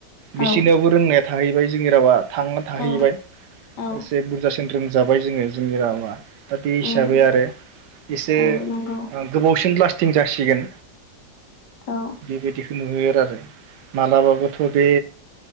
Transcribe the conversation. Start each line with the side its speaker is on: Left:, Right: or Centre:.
Left: औ
Right: बिसिनावबो रोंनाया थाहैबाय जोंनि रावा थांना थाहैबाय
Left: औ औ
Right: एसे बुरजासिन जाबाय जोङो जोंनि रावा । दा बे हिसाबै
Left: उम
Right: आरो एसे
Left: औ नंगौ
Right: गोबावसिन लास्टिं जासिगोन।
Left: औ
Right: बेबायदि नुहोयो आरो मालाबाबोथ' बे